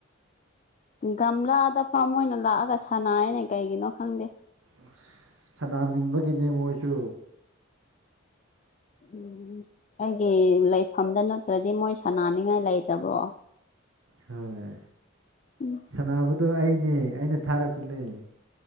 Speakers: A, on the left; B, on the right.
A: ꯒꯝꯂꯥꯗ ꯐꯝ ꯑꯣꯏꯅ ꯂꯥꯛꯑꯒ ꯁꯥꯟꯅꯩꯅꯦ ꯀꯩꯒꯤꯅꯣ ꯈꯪꯗꯦ꯫
B: ꯑꯁ ꯁꯅꯥꯅꯤꯡꯕꯒꯤꯅꯦ ꯃꯣꯏꯁꯨ
A: ꯎꯝ ꯑꯩꯒꯤ ꯂꯩꯐꯝꯗ ꯅꯠꯇ꯭ꯔꯗꯤ ꯃꯣꯏ ꯁꯅꯥꯅꯤꯡꯉꯥꯏ ꯂꯩꯇꯕ꯭ꯔꯣ
B: ꯍꯣꯏ
A: ꯎꯝ
B: ꯁꯅꯕꯗꯣ ꯑꯩꯅꯦ ꯑꯩꯅꯦ ꯊꯥꯔꯛꯄꯅꯦ